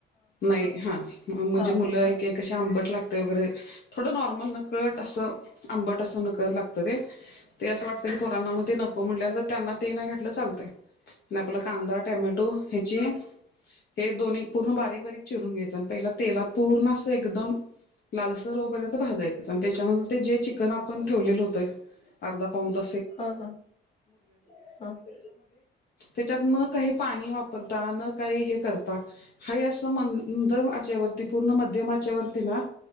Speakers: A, on the left; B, on the left.
A: नाही हा म्हणजे
B: हा हा
A: मुलं कशी आंबट लागते वगैरे थोडं नॉर्मल नकळत असं आंबट असं नकळत लागत ते ते असं वाटतं की पोरांनामध्ये ते नको म्हटल्यानंत त्यांना ते नाही घातटलं चालतय आपला कांदा टमॅटो ण हे दोन् पूर्ण बारीक बारीक चिरून घ्यायच आणि पहिला तेलात पूर्ण अस एकदम लालसर होपर्यंत भाजायच आणि त्याच्यानंतर ते जे चिकन आपण ठेवलेलं होतं करदा पाव द
B: हा हा हा हा हा हा हा हा हा हा हा
A: त्या त्या काही पाणी वापरता न काही हे करता ह अस मंदच्यावरती पूर्ण मध्यमाच्या वती ना